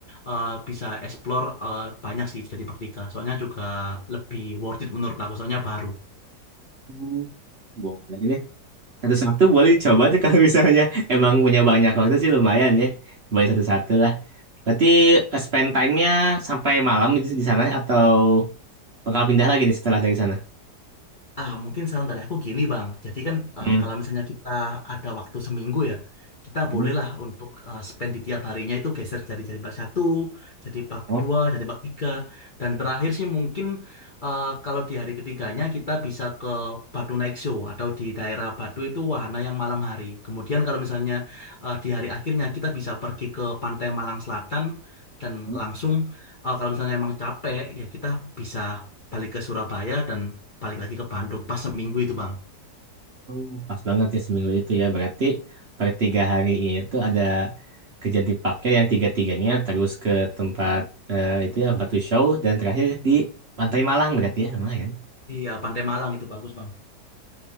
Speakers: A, on the left; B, on the right.
A: eh, bisa explore eh, banyak sih jadi praktika Soalnya juga lebih worth it menurut aku, soalnya baru.
B: Hmm, Boleh Satu satu boleh coba tuh kalau misalnya <laughs> emang punya banyak waktu sih lumayan ya. Cobain satu-satu lah. Berarti eh, spend time-nya sampai malam itu di sana atau bakal pindah lagi nih setelah dari sana?
A: Ah, mungkin saran dari aku gini, Bang. Jadi kan eh,
B: Hmm.
A: kalau misalnya kita ada waktu seminggu ya, kita
B: Hmm.
A: bolehlah untuk eh, spend di tiap harinya itu geser jadi jadi bak satu, jadi bak
B: Oh,
A: dua, jadi bak tiga, dan terakhir sih mungkin eh, kalau di hari ketiganya kita bisa ke Batu Night Show atau di daerah Batu itu wahana yang malam hari. Kemudian kalau misalnya eh, di hari akhirnya kita bisa pergi ke Pantai Malang Selatan dan
B: Hmm.
A: langsung eh, kalau misalnya emang capek ya kita bisa balik ke Surabaya dan Balik lagi ke Bandung pas seminggu itu bang.
B: Oh, pas banget ya seminggu itu ya. Berarti per tiga hari ini tuh ada kerjaan dipakai yang tiga-tiganya terus ke tempat eh, itu ya Batu Show dan terakhir di Pantai Malang berarti ya lumayan.
A: Iya Pantai Malang itu bagus bang.